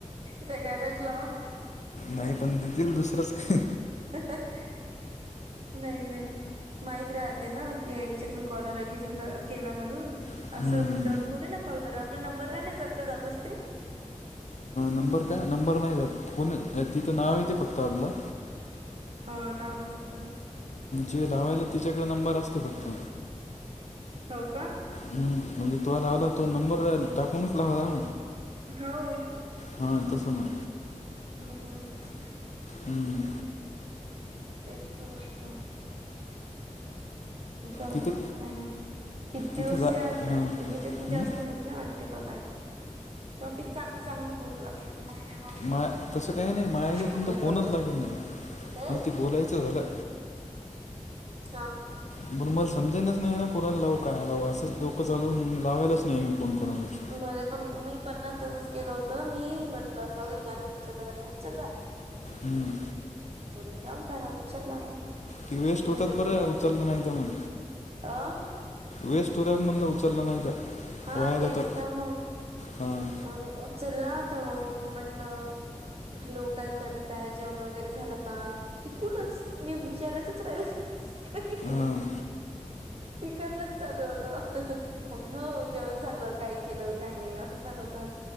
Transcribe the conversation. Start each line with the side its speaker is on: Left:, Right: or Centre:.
Right: सगळ्यालाच लाव
Left: नाही पण देतील दुसरंच का.
Right: <unintelligible> नाही नाही माहत राहते ना की याच्यातून कॉल समजा आला की केला म्हणून.
Left: हम्म,
Right: असं
Left: हम्म.
Right: विदाऊट थोडे ना कॉल करा आपला नंबर नाही नाही जात का जातच त?
Left: नंबर का नंबर नाही जात तिथं नाव य ते फक्त आपलं.
Right: हा नाव चेत ते.
Left: जे लावायला तिच्याकडे नंबर असते फक्त.
Right: हो का?
Left: हम् म्हणजे तोला लावला तो नंबर टाकूनच लावला.
Right: हो.
Left: हा तसं मग
Right: हम्म हम्म.
Left: हम्म
Right: तेच तर म्हटलं. जाऊ
Left: तिथं
Right: दे का ना होत, किती दिवस
Left: तिथं जा
Right: हच्यात
Left: हां हम्म?
Right: जास्त होत. नाही वाटते काय ते टॉपिक चांगले चांगले बोलू लागतात. <unintelligible>
Left: मा तसं काही नाही मायाच्यातून
Right: लवकर
Left: तर फोनच
Right: लवकर
Left: लागेल नाही
Right: हम्म
Left: मग त बोलायचं झालं.
Right: हा.
Left: बण मला समजायलाच नाही ना क कोणाला लाव काय लाव असंच डोकं चालून म लावायलाच नाही मी फोन कोणालाच.
Right: मध्ये पण मी पण ना तसंच केल होतं मी म्हंटलं जने उचललं त्याने उचललं. <inaudible>
Left: हम्म.
Right: म्हणून जाऊन पहिय उचलला.
Left: कि वेस्ट
Right: मग
Left: होतात
Right: हॅलो
Left: बरं उचलला नाही की मग.
Right: अ
Left: वेस्ट होत्यात म्हणलं उचललं नाही, तर
Right: हा
Left: वाया जातात
Right: तेच तर मग
Left: हां.
Right: मग उचलला तर मग म्हटलं. हॅलो काय करतय जेवण वगैरे झालं का तिकूनच. मी विचारायचं तर राहिलं काही.
Left: हं..
Right: तिकडनच चालू होतं. ह ह ह. मग हो जेवण झालं काय, केलं काय नाही असं चालू होतं.